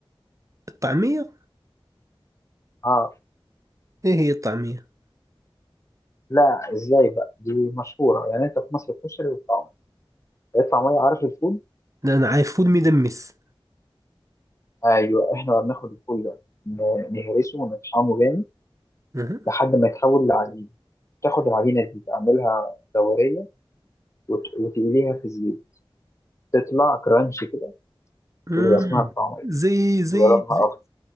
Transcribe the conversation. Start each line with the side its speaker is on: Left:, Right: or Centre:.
Right: الطعمية
Left: اه
Right: ايه هي الطعمية
Left: لا ازاي بقى دي مشهوره يعني انت في مصر الكشري والطعميه الطعميه عارف الفول
Right: لا، انا عارف فول مدمس
Left: ايوه احنا بقى بناخد الفول ده ن- نهرسه ونطحنه جامد
Right: أها.
Left: لحد ما يتحول لعجين تاخد العجينه دي تعملها دوريه وت- وتقليها في الزيت تطلع كرانشي كده
Right: مم.
Left: ويبقى اسمها الطعميه
Right: زي زي
Left: بيبقى لونها
Right: زي
Left: اخضر